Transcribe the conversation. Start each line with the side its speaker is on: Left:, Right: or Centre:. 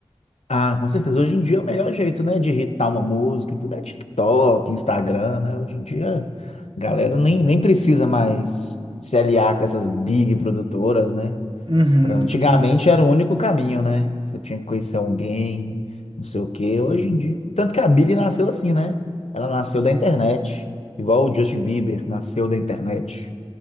Left: Ah, com certeza. Hoje em dia é o melhor jeito, né, de irritar uma música e tudo é TikTok, Instagram, né? Hoje em dia, a galera nem, nem precisa mais se aliar com essas big produtoras, né?
Right: Uhum,
Left: Pra,
Right: não
Left: antigamente
Right: precisa.
Left: era o único caminho, né? Você tinha que conhecer alguém, não sei o quê. Hoje em dia. Tanto que a Billie nasceu assim, né? Ela nasceu da internet. Igual o Justin Bieber nasceu da internet.